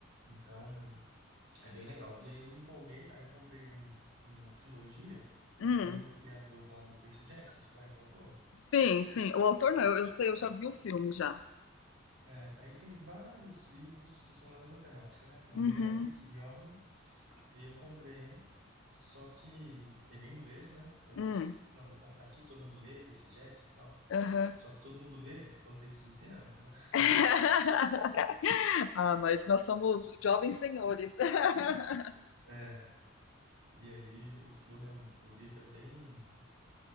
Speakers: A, on the right; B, on the left.
A: Então É bem legal. E aí eu empolguei, aí eu comprei um- uma trilogia
B: hum.
A: que é do criador lá do Percy Jackson. Você conhece o autor?
B: Sim, sim. O autor não, eu, eu sei, eu já vi o filme já.
A: É, aí ele tem vários livros que são da mesma temática, né? O nome
B: Uhum.
A: dele é Rick Riordan. E aí eu comprei um, só que ele é inglês, né? Aí eu
B: Hum.
A: falei assim, não, vou comprar aqui que todo mundo lê, Percy Jackson e tal.
B: Aham.
A: Só que todo mundo lê quando tem 15 anos, né? <laughs>
B: <laughs> Ah, mas nós somos jovens senhores. <laughs>
A: É, e aí o filme, é, o livro é bem